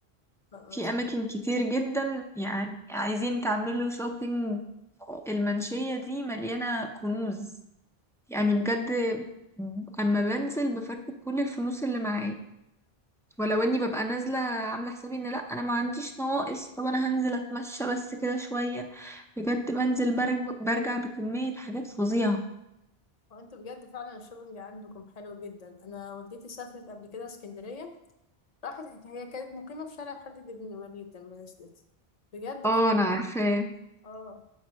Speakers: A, on the left; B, in the centre.
A: خلاص
B: في اماكن كتير جدا يعني عايزين تعملوا شوبينج المنشية دي مليانة كنوز يعني بجد اما بنزل بفرتك كل الفلوس اللي معايا ولو اني ببقى نازله عامله حسابي ان لا انا ما عنديش نواقص طب انا هنزل اتمشى بس كده شويه بجد بنزل برج- برجع بكميه حاجات فظيعه
A: وانتوا بجد فعلا الشوبنج عندكم حلو جدا انا والدتي سافرت قبل كده اسكندريه راحت هي كانت مقيمه في شارع خالد بن الوليد لما نزلت بجد
B: اه
A: كان
B: انا عارفه
A: اه